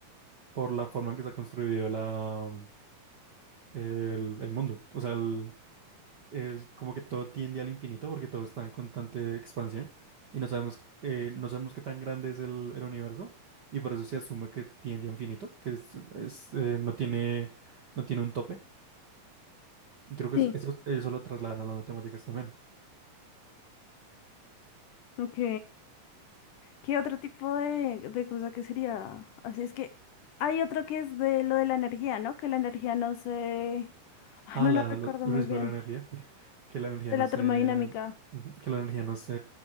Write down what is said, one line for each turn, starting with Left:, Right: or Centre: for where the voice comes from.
Right: por la forma en que está construido la, el, el mundo, o sea, el- el- como que todo tiende al infinito porque todo está en constante expansión y no sabemos, eh, no sabemos qué tan grande es el, el universo y por eso se asume que tiende a infinito, que es, es, eh, no tiene, no tiene un tope. Y Creo que
Left: Sí.
Right: es- eso, eso lo trasladan a las matemáticas también.
Left: Ok. ¿Qué otro tipo de, de cosa que sería? Así es que hay otro que es de lo de la energía, ¿no? Que la energía no se... Ay,
Right: Ah,
Left: no
Right: la,
Left: la recuerdo
Right: la, el
Left: muy
Right: riesgo
Left: bien.
Right: de la energía, <laughs> que la energía
Left: De
Right: no
Left: la
Right: se,
Left: termodinámica.
Right: ujú, que la energía no se